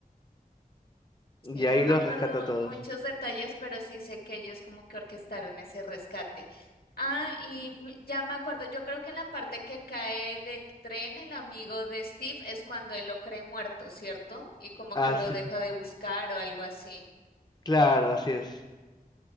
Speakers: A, on the left; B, on the left.
A: Sí,
B: Y
A: no
B: ahí
A: me
B: los
A: acuerdo
B: rescata a todos.
A: muchos detalles, pero sí sé que ellos como que orquestaron ese rescate. Ah, y m- ya me acuerdo, yo creo que en la parte que cae del tren el amigo de Steve es cuando él lo cree muerto, ¿cierto? Y como
B: Ah,
A: que lo
B: sí,
A: deja de buscar o algo así.
B: <laughs> claro, así es.